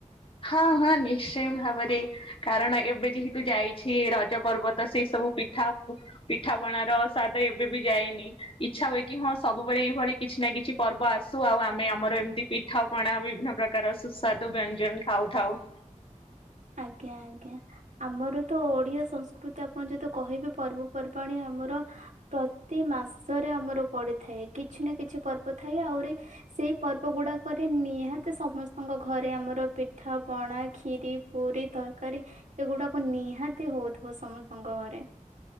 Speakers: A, on the left (about 40°); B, on the right (about 65°).
A: ହଁ ହଁ ନିଶ୍ଚୟ ଭାବରେ କାରଣ ଏବେ ଯେହେତୁ ଯାଇଛି ରଜ ପର୍ବ ତ ସେଇ ସବୁ ପିଠା ପିଠାପଣାର ସ୍ବାଦ ଏବେବି ଯାଇନି। ଇଚ୍ଛା ହୁଏ କି ହଁ ସବୁବେଳେ ଏଇଭଳି କିଛି ନା କିଛି ପର୍ବ ଆସୁ ଆଉ ଆମେ ଆମର ଏମତି ପି ଠା ପଣା ବିଭିନ୍ୟ ପ୍ରକାର ସୁସ୍ଵାଦ ବ୍ୟଞ୍ଜନ ଖାଉ ଥାଉ।
B: ଆଜ୍ଞା ଆଜ୍ଞା। ଆମର ତ ଓଡ଼ିଆ ସଂସ୍କୃତି ଆପଣ ଯଦି କହିବେ ପର୍ବପର୍ବାଣି ଆମର ପ୍ରତି ମାସରେ ଆମର ପଡ଼ିଥାଏ କିଛି ନା କିଛି ପର୍ବ ଥାଏ ଆହୁରି ସେଇ ପର୍ବ ଗୁଡ଼ାକରେ ନିହାତି ସମସ୍ତଙ୍କ ଘରେ ଆମର ପିଠା ପଣା ଖିରି ପୁରୀ ତରକାରୀ ଏଗୁଡ଼ାକ ନିହାତି ହଉଥିବ ସମସ୍ତଙ୍କ ଘରେ।